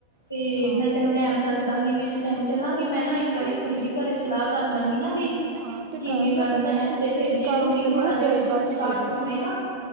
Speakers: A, on the left; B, on the right.
A: ਤੇ
B: ਹਾਂ
A: ਮੈਂ ਤੈਨੂੰ ਟੈਮ ਦੱਸਦਾਂਗੀ ਵੀ ਇਸ ਟੈਮ ਚੱਲਾਂਗੇ ਮੈਂ ਨਾ ਇੱਕ ਵਾਰੀ ਥੋੜੀ ਜਿ ਘਰੇ ਸਲਾਹ ਕਰ ਲਾਂਗੀ ਨਾ ਵੀ
B: ਵੀ ਹਾਂ ਤੇ
A: ਕਿਵੇਂ
B: ਕਰ
A: ਕਰਨਾ
B: ਲੈ ਫਿਰ ਕਿਵੇਂ
A: ਐ
B: ਅਸੀਂ
A: ਤੇ ਫੇਰ ਤੇ
B: ਕੱਲ੍ਹ
A: ਮੰਮੀ
B: ਪਿਛਲੇ
A: ਹੋਰਾਂ
B: ਚੱਲਣਾ
A: ਦੇ
B: ਸਵੇਰੇ
A: ਵੀ ਸੂਟ
B: ਹਫ਼ਤਾ ਦਸ
A: ਸਾਟ
B: ਵਿੱਚ ਵਜੇ
A: ਹੋਣੇ ਨਾ